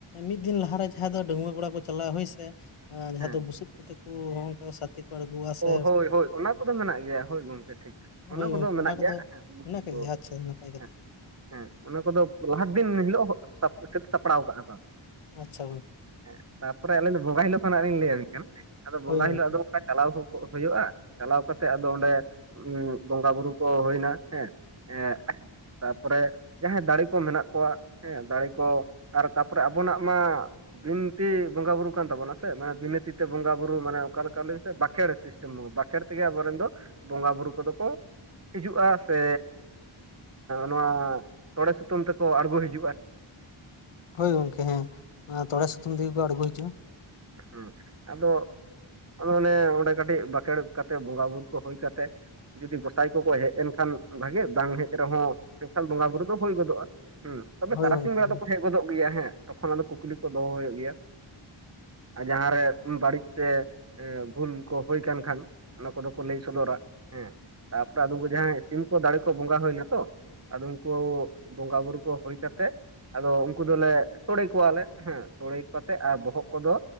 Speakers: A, on the left (about 85°); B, on the right (about 30°).
A: ᱢᱤᱫ ᱫᱤᱱ ᱞᱟᱦᱟᱨᱮ ᱡᱟᱦᱟᱸᱭ ᱫᱚ ᱰᱟᱹᱜᱩᱣᱟᱹ ᱠᱚᱲᱟ ᱠᱚ ᱪᱟᱞᱟᱜ ᱦᱳᱭ ᱥᱮ ᱡᱟᱦᱟᱸ
B: ᱦᱮᱸ
A: ᱫᱚ ᱵᱩᱥᱩᱵ ᱠᱚᱛᱮ ᱠᱚ ᱱᱚᱜᱝᱠᱟ ᱦᱛᱤ ᱠᱚ ᱟᱬᱜᱳᱼᱟ ᱥᱮ
B: ᱚ ᱦᱳᱭ ᱦᱳᱭ ᱚᱱᱟ ᱠᱚᱫᱚ ᱢᱮᱱᱟᱜ ᱜᱮᱭᱟ ᱦᱳᱭ ᱜᱚᱢᱠᱮ ᱴᱷᱤᱠ
A: ᱦᱳᱭ ᱜᱚᱝᱠᱮ
B: ᱢᱮᱱᱟᱜ
A: ᱚᱱᱟ ᱠᱚᱫᱚ
B: ᱜᱮᱭᱟ ᱦᱮᱸ ᱵᱩᱥᱩᱵ
A: ᱢᱮᱱᱟᱜ ᱠᱟᱜ
B: ᱠᱚ
A: ᱜᱮᱭᱟ? <unintelligible> ᱱᱟᱯᱟᱭ ᱠᱟᱛᱷᱟ᱾
B: ᱦᱮᱸ ᱦᱮᱸ ᱚᱱᱟ ᱠᱚᱫᱚ ᱞᱟᱦᱟ ᱫᱤᱱ ᱦᱤᱞᱳᱜ ᱥᱟᱹᱛ ᱥᱟᱯᱲᱟᱣ ᱠᱟᱜᱼᱟ ᱠᱚ ᱾
A: ᱟᱪᱪᱷᱟ ᱾
B: ᱦᱮᱸ ᱛᱟᱯᱚᱨᱮ ᱟᱹᱞᱤᱧ ᱫᱚ ᱵᱚᱸᱜᱟ ᱦᱤᱞᱳᱜ ᱠᱷᱱᱟᱜ ᱞᱤᱧ ᱞᱟᱹᱭ ᱟᱵᱤᱱ ᱠᱟᱱᱟ ᱟᱫᱚ
A: ᱦᱳᱭ
B: ᱵᱚᱸᱜᱟ
A: ᱜᱚᱝᱠᱮ
B: ᱦᱤᱞᱳᱜ ᱫᱚ ᱚᱱᱠᱟ ᱪᱟᱞᱟᱣ ᱠᱚ ᱦᱩᱭᱩᱜᱼᱟ ᱪᱟᱞᱟᱣ ᱠᱟᱛᱮᱜ ᱟᱫᱚ ᱚᱸᱰᱮ ᱵᱚᱸᱜᱟ ᱵᱩᱨᱩ ᱠᱚ ᱦᱩᱭᱱᱟ ᱦᱮᱸ ᱾ ᱦᱮ ᱛᱟᱨᱯᱚᱨᱮ ᱡᱟᱦᱟᱸᱭ ᱫᱟᱲᱮ ᱠᱚ ᱢᱮᱱᱟᱜ ᱠᱚᱣᱟ ᱦᱮᱸ ᱫᱟᱲᱮ ᱠᱚ ᱟᱨ ᱛᱟᱯᱚᱨᱮ ᱟᱵᱚᱱᱟᱜ ᱢᱟ ᱵᱤᱱᱛᱤ ᱵᱚᱸᱜᱟ ᱵᱩᱨᱩ ᱠᱟᱱ ᱛᱟᱵᱚᱱᱟ ᱥᱮ ᱢᱟᱱᱮ ᱵᱤᱱᱟᱹ ᱛᱤ ᱛᱮ ᱵᱚᱸᱜᱟ ᱵᱩᱨᱩ ᱢᱟᱱᱮ ᱚᱠᱟᱞᱮᱠᱟ ᱞᱟᱹᱭ ᱵᱤᱱ ᱥᱮ ᱵᱟᱸᱠᱷᱮᱲ ᱥᱤᱥᱴᱮᱢ ᱵᱟᱸᱠᱷᱮᱲ ᱛᱮᱜᱮ ᱟᱵᱚ ᱨᱮᱱ ᱫᱚ ᱵᱚᱸᱜᱟ ᱵᱩᱨᱩ ᱠᱚᱫᱚ ᱠᱚ ᱦᱤᱡᱩᱜᱼᱟ ᱥᱮ ᱱᱚᱣᱟ ᱛᱚᱲᱮ ᱥᱩᱛᱟᱹᱢ ᱛᱮᱠᱚ ᱟᱬᱜᱚ ᱦᱤᱡᱩᱜ
A: ᱦᱳᱭ ᱜᱚᱝᱠᱮ ᱦᱮᱸ ᱛᱚᱲᱮ ᱥᱩᱛᱟᱹᱢ ᱛᱮᱜᱮ ᱠᱚ ᱟᱬᱜᱚ ᱦᱤᱡᱩᱜᱼᱟ ᱾
B: ᱦᱮᱸ ᱟᱫᱚ ᱟᱫᱚ ᱚᱱᱮ ᱠᱟᱹᱴᱤᱡ ᱵᱟᱠᱷᱮᱲ ᱠᱟᱛᱮᱫ ᱵᱚᱸᱜᱟ ᱵᱩᱨᱩ ᱠᱚ ᱦᱩᱭ ᱠᱟᱛᱮ ᱡᱩᱫᱤ ᱜᱚᱸᱥᱟᱭ ᱠᱚᱠᱚ ᱦᱮᱡ ᱮᱱᱠᱷᱟᱱ ᱵᱷᱟᱜᱮ ᱵᱟᱝ ᱦᱮᱡ ᱨᱮᱦᱚᱸ ᱮᱱᱠᱷᱟᱱ ᱵᱚᱸᱜᱟ ᱵᱩᱨᱩ ᱫᱚ ᱦᱩᱭ ᱜᱚᱫᱚᱜᱼᱟ ᱦᱩᱸ ᱛᱚᱵᱮ
A: ᱦᱳᱭ
B: ᱛᱟᱨᱟᱥᱤᱧ
A: ᱜᱚᱝᱠᱮ
B: ᱵᱮᱲᱟ
A: ᱦᱮᱸ
B: ᱫᱚᱠᱚ ᱦᱮᱡ ᱜᱚᱫᱚᱜ ᱜᱮᱭᱟ ᱦᱮᱸ ᱛᱚᱠᱷᱚᱱ ᱟᱫᱚ ᱠᱩᱠᱞᱤ ᱠᱚ ᱫᱚᱦᱚ ᱦᱩᱭᱩᱜ ᱜᱮᱭᱟ ᱾ ᱟᱨ ᱡᱟᱦᱟᱸᱨᱮ ᱵᱟᱹᱲᱤᱡ ᱥᱮ ᱵᱷᱩᱞ ᱠᱚ ᱦᱩᱭ ᱠᱟᱱ ᱠᱷᱟᱱ ᱚᱱᱟ ᱠᱚᱫᱚ ᱠᱚ ᱞᱟᱹᱭ ᱥᱚᱫᱚᱨᱟ ᱾ ᱦᱮᱸ ᱛᱟᱯᱚᱨᱮ ᱟᱫᱚ ᱡᱟᱦᱟᱸᱭ ᱥᱤᱢ ᱠᱚ ᱫᱟᱲᱮ ᱠᱚ ᱵᱚᱸᱜᱟ ᱦᱩᱭᱱᱟ ᱛᱚ ᱟᱫᱚ ᱩᱱᱠᱩ ᱵᱚᱸᱜᱟ ᱵᱩᱨᱩ ᱠᱚ ᱦᱩᱭ ᱠᱟᱛᱮ ᱟᱫᱚ ᱩᱱᱠᱩ ᱫᱚᱞᱮ ᱥᱚᱲᱮ ᱠᱚᱣᱟᱞᱮ ᱦᱮᱸ ᱥᱚᱲᱮ ᱠᱟᱛᱮᱫ ᱟᱨ ᱵᱚᱦᱚᱜ ᱠᱚᱫᱚ